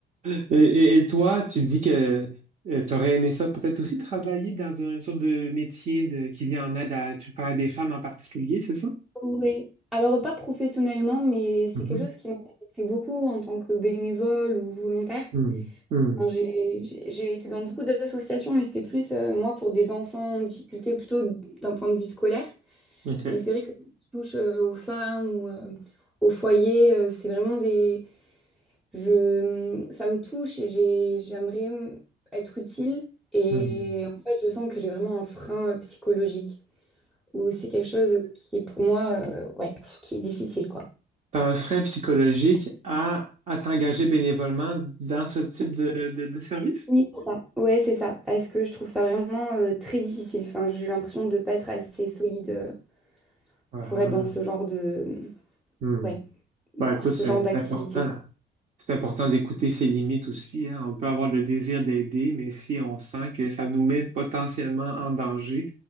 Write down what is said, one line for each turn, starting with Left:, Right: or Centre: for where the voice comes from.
Right: Et, et- et toi, tu dis que tu aurais aimé ça peut-être aussi travailler dans un sorte de métier de, qui vient en aide à, tu parles des femmes en particulier, c'est ça?
Centre: Oui. Alors, pas professionnellement, mais c'est
Right: Mhm.
Centre: quelque chose qui m'intéressait beaucoup en tant que bénévole ou volontaire.
Right: Hmm. Hmm.
Centre: Enfin, J'ai j'ai- j'ai été dans beaucoup d'associations, mais c'était plus, euh, moi, pour des enfants en difficulté, plutôt d'un point de vue scolaire.
Right: OK.
Centre: Mais c'est vrai que tout ce qui touche euh, aux femmes ou euh, au foyer, euh, c'est vraiment des... Je... mmh, Ça me touche et j'ai... j'aimerais hum, être utile. Et
Right: Hmm.
Centre: en fait, je sens que j'ai vraiment un frein euh, psychologique. Ou c'est quelque chose euh, qui est pour moi, euh, ouais, pff, qui est difficile, quoi.
Right: Tu un frein psychologique à, à t'engager bénévolement dans ce type de, de, de service?
Centre: Oui, c'est ça. Ouais, c'est ça. Parce que je trouve ça vraiment euh, très difficile. Enfin, j'ai l'impression de ne pas être assez solide euh,
Right: Ah.
Centre: pour être dans ce genre de... mmh,
Right: Hmm.
Centre: Ouais,
Right: Ben
Centre: pour
Right: écoute,
Centre: ce
Right: c'est
Centre: genre d'activité,
Right: c'est important.
Centre: quoi.
Right: C'est important d'écouter ses limites aussi, hein. On peut avoir le désir d'aider, mais si on sent que ça nous met potentiellement en danger,